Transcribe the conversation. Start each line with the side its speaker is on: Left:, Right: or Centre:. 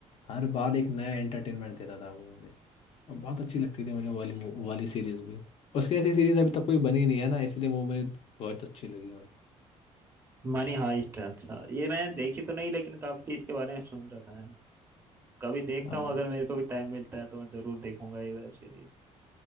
Left: हर बार एक नया एंटरटेनमेंट देता था वो मुझे और बहुत अच्छी लगती थी मुझे वो
Right: अच्छा
Left: वाली मू- वो वाली सीरीज भी उसकी ऐसी सीरीज अभी तक कोई बनी नहीं है ना इसलिए वो मुझे बहुत अच्छी लगी मुझे
Right: मनी हाइस्ट अच्छा ये मैंने देखी तो नहीं लेकिन काफी इसके बारे में सुन रखा है कभी देखता
Left: हाँ
Right: हूँ अगर मेरे को भी टाइम मिलता है तो मैं जरूर देखूंगा ये वेब सीरीज